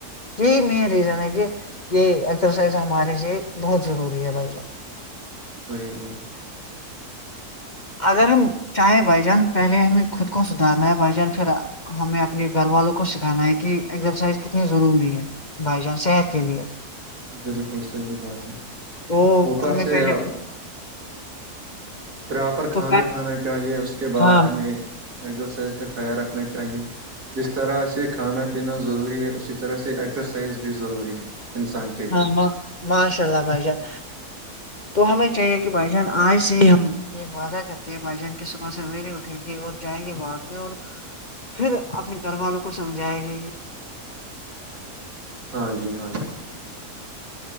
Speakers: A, on the left; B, on the right.
A: یہی مین ریزن ہے کہ یہ ایکسرسائز ہمارے لیے بہت ضروری ہے بھائی جان
B: بہی م <unintelligible>
A: اگر ہم چاہیں بھ جان پہلے ہمیں خود کو سدھارنا ہے بائی جان پھر ہمیں اپنے گھر والوں کو سکھانا ہے کہ ایکزرسائز کتنی ضروری ہے بھائی جان صحت کے لیے
B: بالکل صحیح بات ہے
A: تو
B: اوپر
A: ہمیں
B: سے
A: پہلے
B: ہ پراپر
A: تو
B: کھانا کھانا چاہیے اس کے بعد
A: ہاں
B: ہمیں ایکزرسائز کا خیال رکھنا چاہیے جس طرح سے کھانا پینا ضروری ہے اسی طرح سے ایکسرسائز بھی ضروری ہے انسان کے لیے
A: ہاں ماشاءلہ بای جن تو ہمیں چاہیے کہ بھائی جان آج سے ہی ہم یہ وعدہ کرتے ہیں بھائی جان کی صبح سویرے اٹھیں گے اور جائیں گے باڑ پہ اور پھر اپنے گھر والوں کو سمجھائے گی
B: ہاں جی ہاں جی